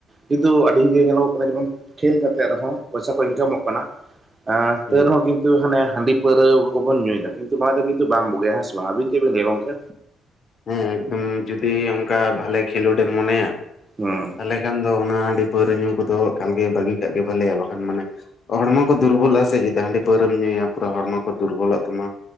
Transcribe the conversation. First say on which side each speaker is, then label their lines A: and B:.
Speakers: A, on the right (about 30°); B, on the left (about 50°).
A: ᱠᱤᱱᱛᱩ ᱟᱹᱰᱤ ᱜᱮ ᱧᱮᱞᱚᱜᱚᱜ ᱠᱟᱱᱟ ᱡᱮᱢᱚᱱ ᱠᱷᱮᱞ ᱠᱟᱛᱮᱜ ᱨᱮᱦᱚᱸ ᱯᱚᱭᱥᱟ ᱠᱚ ᱤᱱᱠᱟᱢᱚᱜ ᱠᱟᱱᱟ, ᱟᱸ
B: ᱦᱩᱸ
A: ᱛᱟᱹᱣ ᱨᱮᱦᱚᱸ ᱠᱤ ᱠᱤᱱᱛᱩ ᱦᱟᱸᱱᱮ ᱦᱟᱺᱰᱤ ᱯᱟᱹᱣᱨᱟᱹ ᱠᱚᱵᱚᱱ ᱧᱩᱭᱫᱟ ᱠᱤᱱᱛᱩ ᱱᱚᱣᱟ ᱫᱚ ᱠᱤᱱᱛᱩ ᱵᱟᱢ ᱵᱩᱜᱤᱭᱟ ᱦᱮᱸ ᱥᱮ ᱵᱟᱝ ᱟᱵᱤᱱ ᱪᱮᱫ ᱵᱤᱱ ᱞᱟᱹᱭᱟ ᱜᱚᱝᱠᱮ?
B: ᱦᱮᱸ ᱩᱸ ᱡᱩᱫᱤ ᱚᱱᱠᱟ ᱵᱷᱟᱞᱮ ᱠᱷᱮᱞᱳᱰᱮᱢ ᱢᱚᱱᱮᱭᱟ᱾
A: ᱦᱚᱸ᱾
B: ᱛᱟᱦᱞᱮ ᱠᱷᱟᱱ ᱫᱚ ᱚᱱᱟ ᱦᱟᱺᱰᱤ ᱯᱟᱹᱣᱨᱟᱹ ᱧᱩ ᱠᱚᱫᱚ ᱮᱠᱟᱞᱜᱮ ᱵᱟᱹᱜᱤ ᱠᱟᱜ ᱜᱮ ᱵᱷᱟᱞᱮᱭᱟ ᱵᱟᱠᱷᱟᱱ ᱢᱟᱱᱮ ᱦᱚᱲᱢᱚ ᱠᱚ ᱫᱩᱨᱵᱚᱞᱚᱜ-ᱟ ᱥᱮ ᱡᱩᱫᱤ ᱦᱟᱺᱰᱤ ᱯᱟᱹᱣᱨᱟᱹᱢ ᱧᱩᱭᱟ ᱯᱩᱨᱟᱹ ᱦᱚᱲᱢᱚ ᱠᱚ ᱫᱩᱨᱵᱚᱞᱚᱜ ᱛᱟᱢᱟ᱾